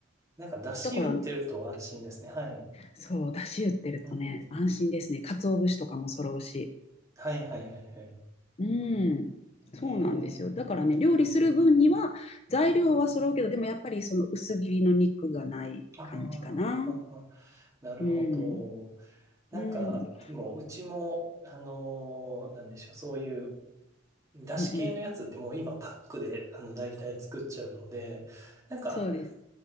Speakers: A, on the right (about 15°); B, on the left (about 30°).
A: なんか、出汁売ってると安心ですね。
B: う。だから、
A: はい。
B: そう、だし売ってるとね、
A: うん。
B: 安心ですね。鰹節とかも揃うし。
A: はいはいはいはい。
B: うん、そうなんですよ。
A: へえ。
B: だからね、料理する分には材料は揃うけど、でもやっぱりその薄切りの肉がない感じかな。
A: ああ、はははなるほど。
B: うん、
A: なんか、
B: うん、うん
A: でも、うちも、あのーなんでしょう、そういう、出汁系のやつってもう今パックで、
B: うん。
A: あの、大体作っちゃうので、なんか、
B: そうです。